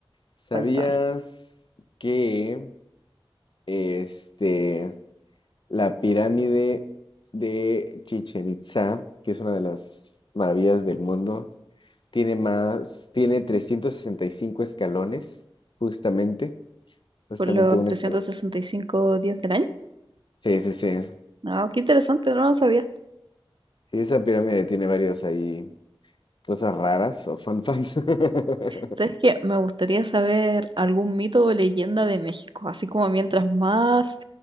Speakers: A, on the left; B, on the right.
A: ¿sabías
B: Cuéntame.
A: que este, la pirámide de Chichen Itza, que es una de las maravillas del mundo, tiene más, tiene 365 escalones, justamente, justamente
B: por los
A: un
B: trescientos
A: escalón.
B: sesenta y cinco días del año.
A: Sí, sí, sí.
B: Ah, qué interesante, no lo sabía.
A: Sí, esa pirámide tiene varios ahí, cosas raras o fun facts. <laughs> <laughs>
B: ¿Sabes qué? Me gustaría saber algún mito o leyenda de México, así como mientras más